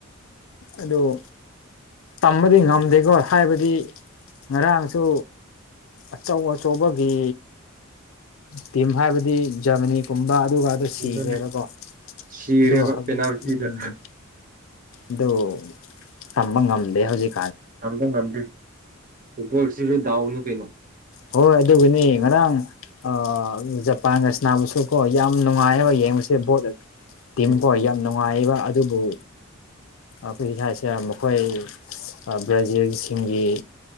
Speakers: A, on the left (about 70°); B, on the right (about 40°).
A: ꯑꯗꯨꯗ ꯇꯝꯕꯗꯤ ꯉꯝꯗꯦꯀꯣ ꯍꯥꯏꯕꯗꯤ ꯉꯔꯥꯡꯁꯨ ꯑꯆꯧ ꯑꯆꯧꯕꯒꯤ ꯇꯤꯝ ꯍꯥꯏꯕꯗꯤ ꯖꯔꯃꯅꯤ ꯀꯨꯝꯕ ꯑꯗꯨꯒꯗ ꯁꯤꯈ꯭ꯔꯦꯕꯀꯣ
B: ꯑꯗꯨꯅꯦ ꯁꯤꯔꯦꯕ
A: ꯑꯗꯨ ꯍꯧꯖꯤꯛ
B: ꯄꯦꯅꯥꯜꯇꯤꯗ
A: ꯎꯝ ꯑꯗꯨ ꯇꯝꯕ ꯉꯝꯗꯦ ꯍꯧꯖꯤꯛ
B: ꯉꯝꯗ ꯉꯗ ꯎꯁꯤ ꯗꯗꯥꯎꯅꯤ ꯀꯩꯩꯅꯣ
A: ꯍꯣꯏ ꯑꯗꯨꯕꯨꯅꯦ ꯉꯔꯥꯡ ꯑ ꯖꯄꯥꯟꯒꯁ ꯅꯥꯕꯁꯨ ꯀꯣ ꯌꯥꯝ ꯅꯨꯡꯉꯥꯏꯑꯕ ꯌꯦ ꯌꯦꯡꯕꯁꯦ ꯕꯣ ꯇꯤꯝꯀꯣ
B: ꯎꯝ
A: ꯌꯥꯝ ꯅꯨꯡꯉꯥꯏꯕ ꯑꯗꯨꯕꯨ ꯑꯩꯈꯣꯏ ꯏꯁꯁꯦ ꯃꯈꯣꯏ ꯕ꯭ꯔꯥꯖꯤꯜꯁꯤꯡꯒꯤ